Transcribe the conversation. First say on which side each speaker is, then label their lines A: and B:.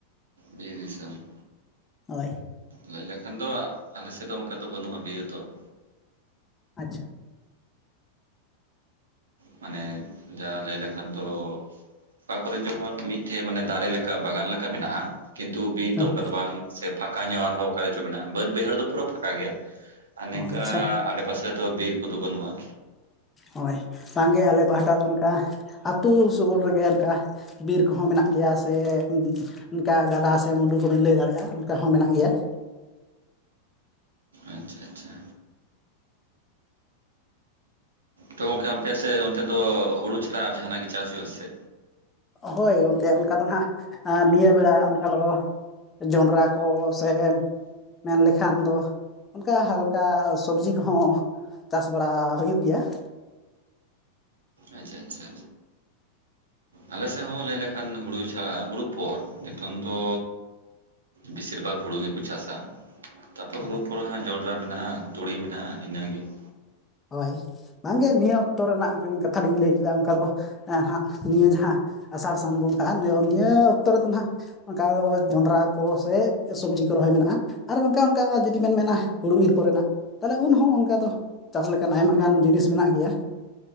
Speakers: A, on the right; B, on the left.
A: ᱵᱤᱨ ᱫᱤᱥᱚᱢ ᱾
B: ᱦᱳᱭ ᱾
A: ᱞᱟᱹᱭ ᱞᱮᱠᱷᱟᱱ ᱫᱚ ᱟᱞᱮ ᱥᱮᱫ ᱫᱚ ᱚᱱᱠᱟ ᱫᱚ ᱵᱟᱹᱱᱩᱜ-ᱟ ᱵᱤᱨ ᱫᱚ ᱾
B: ᱟᱪᱪᱷᱟ ᱾
A: ᱢᱟᱱᱮ ᱡᱟ ᱞᱟᱹᱭ ᱞᱮᱠᱷᱟᱱ ᱫᱚ ᱚᱠᱟ ᱠᱚᱨᱮ ᱡᱮᱢᱚᱱ ᱢᱤᱫᱴᱷᱮᱡ ᱢᱟᱱᱮ ᱫᱟᱨᱮ ᱞᱮᱠᱟ ᱵᱟᱜᱟᱱ ᱞᱮᱠᱟ ᱢᱮᱱᱟᱜ-ᱟ᱾ ᱠᱤᱱᱛᱩ ᱵᱤᱨ
B: ᱦᱳᱭ
A: ᱫᱚ ᱚᱱᱠᱟ ᱫᱚ ᱵᱟᱝ ᱥᱮ ᱯᱷᱟᱸᱠᱟ ᱧᱚᱜ ᱟᱨᱦᱚᱸ ᱚᱠᱟᱨ ᱪᱚ ᱢᱮᱱᱟᱜ-ᱟ, ᱵᱟᱹᱫ ᱵᱟᱹᱭᱦᱟᱹᱲ ᱫᱚ ᱯᱩᱨᱟᱹ ᱯᱷᱟᱸᱠᱟ ᱜᱮᱭᱟ᱾ ᱟᱨ ᱱᱤᱝᱠᱟ
B: ᱟᱪᱪᱷᱟ
A: ᱟᱰᱮᱯᱟᱥᱮ ᱫᱚ ᱵᱤᱨ ᱠᱚᱫᱚ ᱵᱟᱹᱱᱩᱜ-ᱟ᱾
B: ᱦᱳᱭ ᱵᱟᱝ ᱜᱮ ᱟᱞᱮ ᱯᱟᱦᱚᱴᱟ ᱫᱚ ᱚᱱᱠᱟ ᱟᱹᱛᱩ ᱥᱩᱨ ᱨᱮᱜᱮ ᱚᱱᱠᱟ ᱵᱤᱨ ᱠᱚᱦᱚᱸ ᱢᱮᱱᱟᱜ ᱜᱮᱭᱟ ᱥᱮ ᱚᱱᱠᱟ ᱜᱟᱰᱟ ᱥᱮ ᱢᱩᱰᱩ <unintelligible> ᱞᱟᱹᱭ ᱫᱟᱲᱮᱭᱟᱜᱼᱟ ᱚᱱᱠᱟ ᱦᱚᱸ ᱢᱮᱱᱟᱜ ᱜᱮᱭᱟ ᱾
A: ᱟᱪᱪᱷᱟ ᱪᱷᱟ ᱛᱚ ᱜᱚᱢᱠᱮ ᱟᱯᱮ ᱥᱮ ᱚᱱᱛᱮ ᱫᱚ ᱦᱩᱲᱩ ᱪᱷᱟᱲᱟ ᱡᱟᱦᱟᱱᱟᱜ ᱜᱮ ᱪᱟᱥ ᱦᱩᱭᱩᱜ ᱟᱥᱮ
B: ᱦᱚᱭ ᱜᱚᱢᱠᱮ ᱚᱱᱠᱟ ᱫᱚ ᱦᱟᱸᱜ ᱱᱤᱭᱟᱹ ᱵᱮᱲᱟ ᱚᱱᱠᱟ ᱫᱚ ᱡᱚᱱᱰᱨᱟ ᱠᱚ ᱥᱮᱱ ᱢᱮᱱ ᱞᱮᱠᱷᱟᱱ ᱫᱚ ᱚᱱᱠᱟ ᱦᱟᱞᱠᱟ ᱥᱚᱵᱽᱡᱤ ᱠᱚᱦᱚᱸ ᱪᱟᱥ ᱵᱟᱲᱟ ᱦᱩᱭᱩᱜ ᱜᱮᱭᱟ ᱾
A: ᱟᱪᱪᱷᱟ ᱪᱷᱟ ᱟᱞᱮ ᱥᱮᱫ ᱦᱚᱸ ᱞᱟᱹᱭ ᱞᱮᱠᱷᱟᱱ ᱦᱩᱲᱩ ᱪᱷᱟᱲᱟ ᱦᱩᱲᱩ ᱯᱚᱨ ᱱᱤᱛᱚᱝ ᱫᱚ ᱵᱮᱥᱤᱨ ᱵᱷᱟᱜᱽ ᱦᱩᱲᱩ ᱜᱮᱠᱚ ᱪᱟᱥᱼᱟ ᱾ ᱛᱟᱯᱚᱨ ᱦᱩᱲᱩ
B: ᱦᱳᱭ
A: ᱯᱚᱨᱮ ᱦᱟᱸ ᱡᱚᱸᱰᱨᱟ ᱢᱮᱱᱟᱜᱼᱟ ᱛᱩᱲᱤ ᱢᱮᱱᱟᱜᱼᱟ ᱤᱱᱟᱹᱜᱮ ᱾
B: ᱦᱚᱭ ᱵᱟᱝᱜᱮ ᱱᱤᱭᱟᱹ ᱚᱠᱛᱚ ᱨᱮᱱᱟᱜ ᱠᱟᱛᱷᱟ ᱞᱤᱧ ᱞᱟᱹᱭ ᱠᱮᱫᱟ ᱚᱱᱠᱟ ᱫᱚ ᱾ ᱦᱟᱜ ᱱᱤᱭᱟᱹ ᱡᱟᱦᱟᱸ ᱟᱥᱟᱲ ᱥᱟᱱ ᱵᱚᱸᱜᱟ ᱱᱤᱭᱟ ᱱᱤᱭᱟᱹ ᱚᱠᱛᱚ ᱨᱮᱫᱚ ᱦᱟᱸᱜ ᱚᱱᱠᱟ ᱡᱚᱱᱰᱨᱟ ᱠᱚ ᱥᱮ ᱥᱚᱵᱽᱡᱤ ᱠᱚ ᱨᱚᱦᱚᱭ ᱢᱮᱱᱟᱜᱼᱟ ᱾ ᱟᱨ <unintelligible> ᱚᱱᱠᱟ ᱡᱩᱫᱤ ᱵᱤᱱ ᱢᱮᱱᱟ ᱦᱩᱲᱩ ᱤᱨ ᱠᱚᱨᱮᱱᱟᱜ ᱛᱟᱦᱚᱞᱮ ᱩᱱᱦᱚᱸ ᱚᱱᱠᱟ ᱫᱚ ᱪᱟᱥ ᱞᱮᱠᱟᱱ ᱟᱭᱢᱟ ᱜᱟᱱ ᱡᱤᱱᱤᱥ ᱢᱮᱱᱟᱜ ᱜᱮᱭᱟ